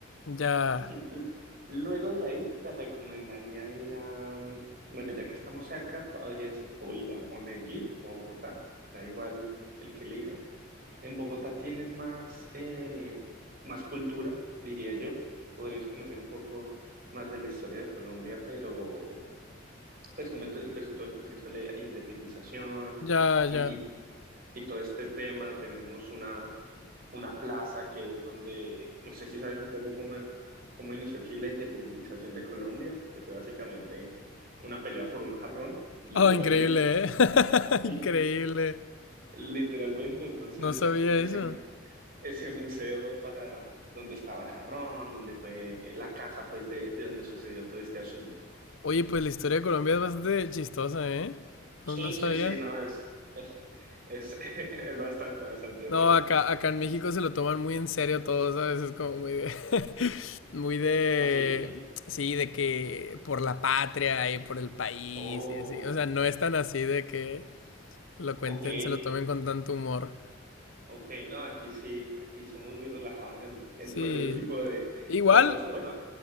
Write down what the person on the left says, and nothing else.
ya,
ya, ya.
Oh, increíble, ¿eh? <laughs>
Increíble.
No
sabía
eso.
Oye, pues la historia de Colombia es bastante chistosa, ¿eh?
No, no sabía.
No,
acá, acá en México se lo toman muy en serio todo, ¿sabes? Es como muy de, <laughs> muy de,
sí, de que por la patria y por el país
y así. O sea, no es tan así de que lo cuenten,
se lo tomen con tanto humor.
Sí.
Igual,